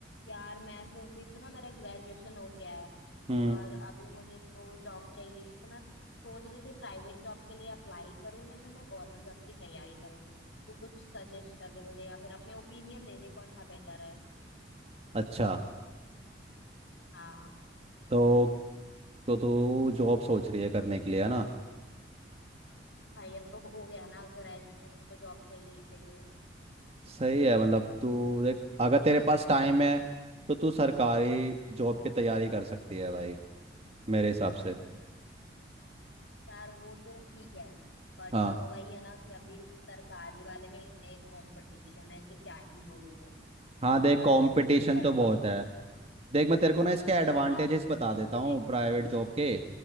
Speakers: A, on the left; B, on the right.
A: यार मैं सोच रही थी ना मेरा ग्रेजुएशन हो गया है
B: हम्म
A: और अभी मुझे तो जॉब चाहिए तो मैं सोच रही थी प्राइवेट जॉब के लिए अप्लाई करूं या फिर मैं गवर्नमेंट जॉब की तैयारी करूं तू कुछ सजेस्ट कर दे मुझे या फिर अपने ओपिनियन दे दे कौन सा बेटर है
B: अच्छा
A: हाँ
B: तो तो तू जॉब सोच रही है करने के लिए है ना
A: भाई अब तो हो गया ना ग्रेजुएशन अब तो जॉब चाहिए ही चाहिए
B: सही है मतलब तू देख अगर तेरे पास टाइम है तो तू सरकारी
A: हम्म
B: जॉब की तैयारी कर सकती है भाई मेरे हिसाब से
A: यार वो तो ठीक है बट
B: हाँ
A: वही है ना कि अभी सरकारी वाले में इतने कंपटीशन है कि क्या ही बोलूं मैं
B: हाँ देख
A: और
B: कंपटीशन
A: पत,
B: तो बहुत
A: और
B: है देख मैं तेरे को ना इसके एडवांटेजेस
A: और ना
B: बता देता हूँ
A: like
B: प्राइवेट जॉब के